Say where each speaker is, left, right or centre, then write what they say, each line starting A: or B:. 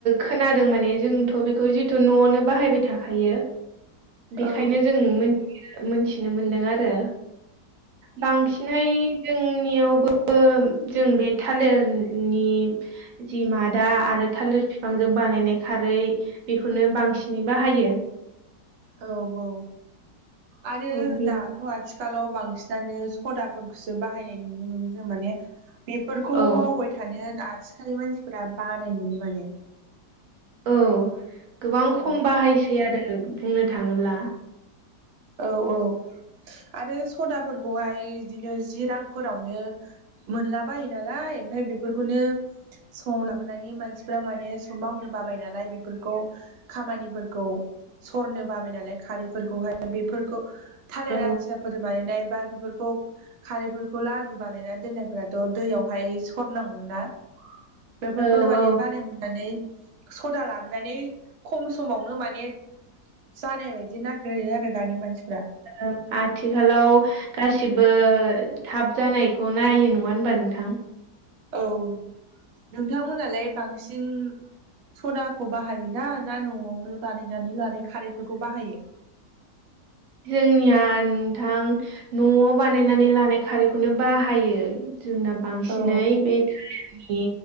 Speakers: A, on the right; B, on the right.
A: खोनादों माने जोंथ' बेखौ जिथु न'आवनो बाहायबाय थाखायो।
B: आङो
A: बेखायनो जों मोन <unintelligible> मोनथिनो मोनदों आरो बांसि <unintelligible> हाय जोंनियावबो जों बे थालेरनि जि मादा आरो थालिर फिफांजों बानायनाय खारै बेखौनो बांसिनै बाहायो।
B: औ बौ आरो
A: औ बे
B: दा थ' आथिखालाव बांसिनानो सदाफोरखौसो बाहायनाय नुनो मोनो जों माने बेफोरखौ
A: औ
B: मावबाय थानो आथिखालनि मानसिफोरा बानाय मोनो माने
A: औ गोबां खम
B: औ
A: बाहायसै आरो बुंनो थाङोब्ला
B: औ औ आरो सदाफोरखौहाय इदिनो जि रांफोरावनो मोनला बायो नालाय ओमफाय बेफोरखौनो सम लाबोनानै मानसिफोरा माने <unintelligible> मावनो बाबाय नालाय बेफोरखौ खामानिफोरखौ सरनो बाबाय नालाय खारै फोरखौहाय बेफोरखौ थालेर
A: औ
B: आथियाफोर बानायनाय बा बेफोरखौ खारैफोरखौ लादु बानायना दोननायफोराथ' दैयावहाय सरनांगौ ना बेफोरखौनो
A: औ
B: माने
A: औ
B: बानाय मोननानै सदा लाबोनानै खम समावनो माने जानाय बायदिना ग्रोयो आरो दानि मानसिफ्रा
A: ओ आथिखालाव गासिबो थाब जानायखौ नायो नङा होनबा नोंथां
B: औ नोंथांमोनालाय बांसिन सदाखौ बाहायनो ना ना न'आवनो बानायनानै लानाय खारैफोरखौ बाहायो
A: जोंनिया नोंथां न'आव बानायनानै लानाय खारैखौनो बाहायो जोंना बांसिनै
B: औ
A: बे थालेरनि